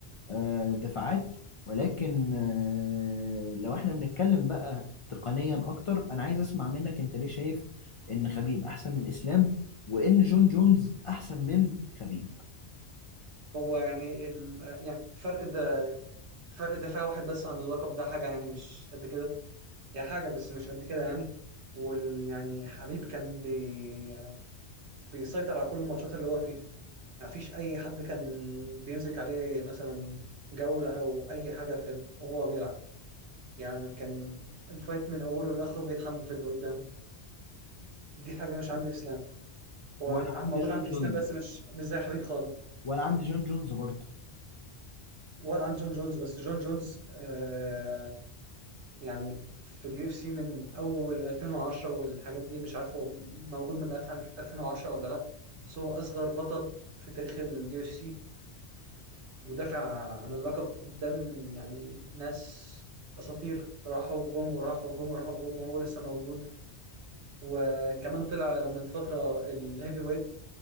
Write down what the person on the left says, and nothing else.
آه، دفاعات ولكن آه، لو احنا بنتكلم بقى تقنيا أكتر أنا عايز أسمع منك أنت ليه شايف إن خبيب أحسن من إسلام وإن جون جونز أحسن من خبيب
وانا عندي
جون
جونز
وانا عندي جون جونز برضه